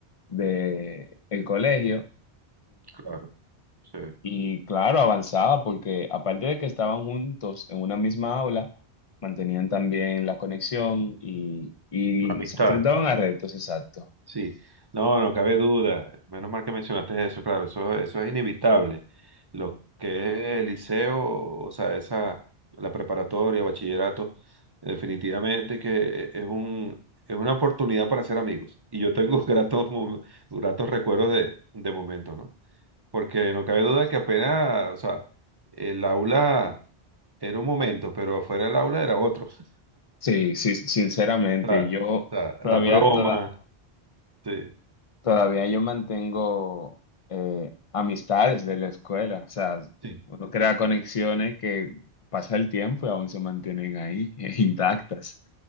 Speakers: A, on the left; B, on the right.
A: de el colegio
B: Claro, sí.
A: y claro, avanzaba porque aparte de que estaban juntos en una misma aula, mantenían también la conexión y, y
B: La amistad.
A: se enfrentaban a retos, exacto.
B: Sí, no, no cabe duda. Menos mal que mencionaste eso, claro, eso, eso es inevitable. Lo que es el liceo, o sea, esa, la preparatoria, bachillerato, definitivamente que es un, es una oportunidad para hacer amigos. Y yo tengo <laughs> gratos, mom- gratos recuerdos de, de momentos, ¿no? Porque no cabe duda que apenas, o sea, el aula era un momento, pero afuera del aula era otro. <laughs>
A: Sí, sí, sinceramente,
B: O sea,
A: yo
B: o sea,
A: todavía,
B: las bromas,
A: toda-
B: sí.
A: todavía yo mantengo eh, amistades de la escuela, o sea,
B: Sí.
A: uno crea conexiones que pasa el tiempo y aún se mantienen ahí, <laughs> intactas.